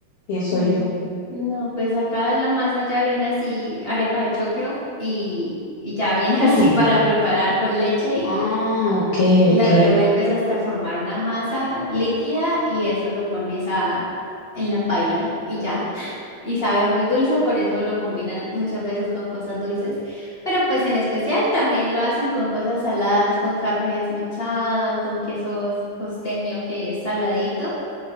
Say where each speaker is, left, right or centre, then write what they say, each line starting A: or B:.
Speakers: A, on the left; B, on the left.
A: Pienso
B: Mm,
A: yo.
B: No, pues acá la masa ya viene así, arepa de choclo, y, y ya viene
A: Ah,
B: <laughs> así para preparar con leche y,
A: ah, ok,
B: y la
A: ok.
B: revuelves hasta formar una masa líquida y eso lo pones a, en la paila y ya. Y sabe muy dulce, por eso lo combinan muchas veces con cosas dulces. Pero pues en especial también lo hacen con cosas saladas, con carne desmechada, con queso costeño que es saladito,